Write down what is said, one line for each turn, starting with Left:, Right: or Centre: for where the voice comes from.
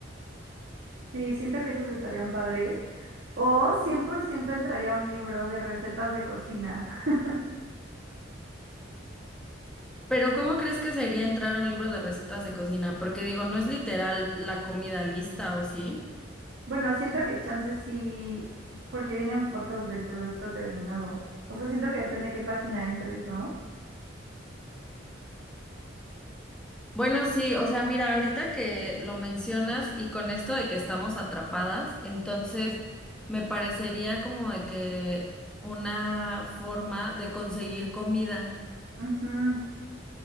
Right: Sí, siento que esos estarían padres. O 100% entraría un libro de recetas de cocina. <laughs>
Centre: Pero ¿cómo crees que sería entrar a un libro de recetas de cocina? Porque digo, no es literal la comida lista, ¿o sí?
Right: Bueno, siento que chances sí, porque vienen fotos del producto terminado. O sea, siento que depende de qué página entres, ¿no?
Centre: Bueno, sí, o sea, mira, ahorita que lo mencionas y con esto de que estamos atrapadas, entonces me parecería como de que una forma de conseguir comida.
Right: Ujú.